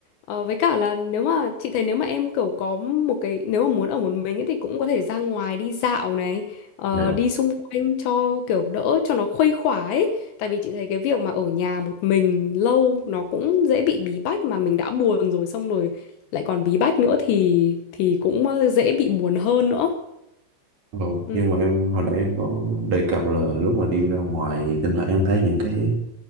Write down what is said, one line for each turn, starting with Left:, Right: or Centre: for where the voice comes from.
Left: Ờ, với cả là nếu mà chị thấy nếu mà em kiểu có một cái nếu mà muốn ở một mình ấy, thì cũng có thể ra ngoài đi dạo này ờ,
Right: Dạ.
Left: đi xung quanh cho kiểu đỡ cho nó khuây khỏa ấy tại vì chị thấy cái việc mà ở nhà một mình lâu nó cũng dễ bị bí bách mà mình đã buồn rồi xong rồi lại còn bí bách nữa thì thì cũng ờ, dễ bị buồn hơn nữa
Right: ừ.
Left: ừ
Right: nhưng mà em hồi nãy em có đề cập là lúc mà đi ra ngoài thì thỉnh thoảng em thấy những cái